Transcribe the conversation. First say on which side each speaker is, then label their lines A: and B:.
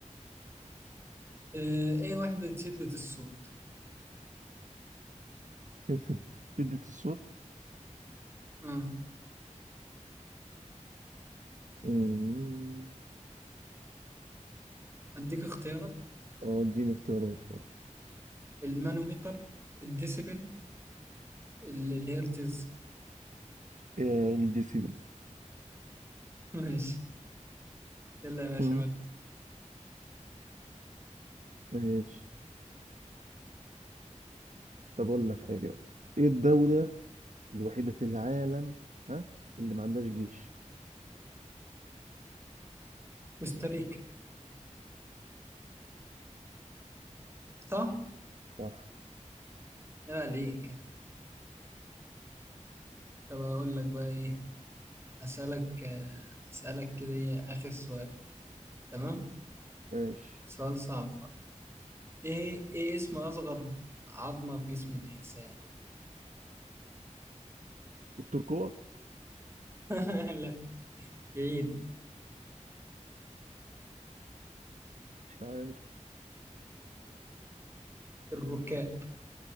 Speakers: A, on the right; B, on the right.
A: اه ايه وحدة شدة الصوت؟
B: <laughs> شدة الصوت
A: اه
B: مم.
A: اديك اختيارات
B: اه اديني اختيارات خلاص.
A: المانوميتر الديسيبل ال- الهرتز
B: آه، إيه الديسيبل
A: <laughs> ماشي يلا يا باشا
B: مم.
A: ودي
B: ماشي طب أقول لك حاجة بقى. إيه الدولة الوحيدة في العالم ها اللي ما عندهاش جيش
A: كوستاريكا صح؟
B: صح
A: يا عليك طب اقول لك بقى ايه اسألك آه، اسألك كده إيه آخر سؤال تمام؟
B: ماشي
A: سؤال صعب ايه ايه اسم اصغر عظمة في جسم الانسان
B: التركوة
A: <laughs> لا بعيد
B: مش عارف
A: الركاب